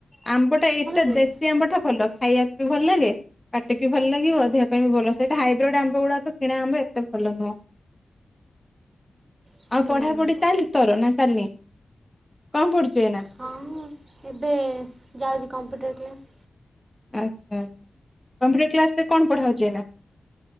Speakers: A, on the left (about 15°); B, on the right (about 45°).
A: ଆମ୍ବଟା ଏଇଟା
B: ହୁଏ
A: ଦେଶୀ ଆମ୍ବ ଟା ଭଲ ଖାଇବାକୁ ଭଲ ଲାଗେ କାଟିକି ଭଲ ଲାଗିବ ଦେହ ପାଇଁ ବି ଭଲ ସେଇଟା ହାଇବ୍ରିଡ଼ ଆମ୍ବ ଗୁଡାକ କିଣା ଆମ୍ବ ଏତେ ଭଲ ନୁହଁ।
B: ହୁଁ।
A: ଆଉ ପଢ଼ା ପଢ଼ି ଚାଲିଛି ତୋର ନା ଚାଲିନି, କଣ ପଢ଼ୁଛୁ ଏଇନା?
B: ହଁ ଏବେ ଯାଉଛି କମ୍ପ୍ୟୁଟର କ୍ଲାସ୍।
A: ଆଚ୍ଛା ଆଚ୍ଛା କମ୍ପ୍ୟୁଟର କ୍ଲାସ ରେ କଣ ପଢ଼ା ହଉଛି ଏଇନା?